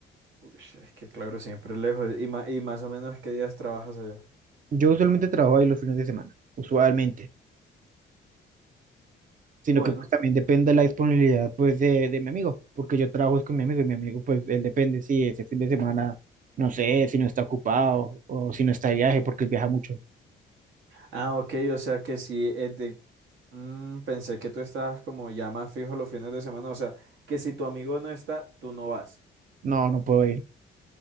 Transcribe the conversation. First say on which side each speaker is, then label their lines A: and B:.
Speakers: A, on the right; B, on the right.
A: Uy, es que claro, siempre es lejos. Y, ma- y más o menos, ¿qué días trabajas allá?
B: Yo usualmente trabajo ahí los fines de semana, usualmente, sino
A: Bueno.
B: que pues, también depende de la disponibilidad pues de, de mi amigo, porque yo trabajo es con mi amigo y mi amigo pues él depende si ese fin de semana, no sé, si no está ocupado o si no está de viaje porque él viaja mucho.
A: Ah, ok, o sea que si es de... Mm, pensé que tú estabas como ya más fijo los fines de semana, o sea, que si tu amigo no está, tú no vas.
B: No, no puedo ir.